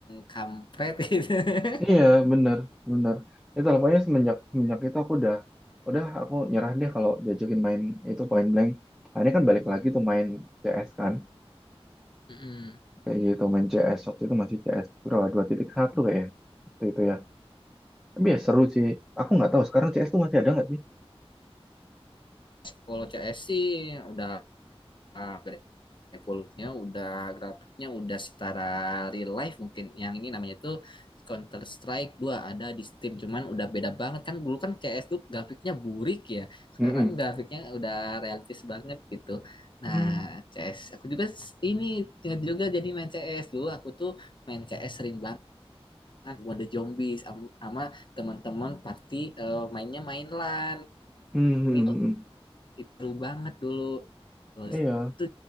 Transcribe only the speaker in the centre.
Iya, bener, bener. Itu lah, pokoknya semenjak, semenjak itu aku udah, udah aku nyerah deh kalau diajakin main itu point blank. Nah, ini kan balik lagi tuh main CS kan,
kayak gitu main CS waktu itu masih CS berapa? dua titik satu kayaknya, waktu itu ya. Tapi ya seru sih. Aku nggak tahu sekarang CS tuh masih ada nggak sih?
Mm-mm.
Hmm,
hmm, hmm, hmm,
hmm.
Iya,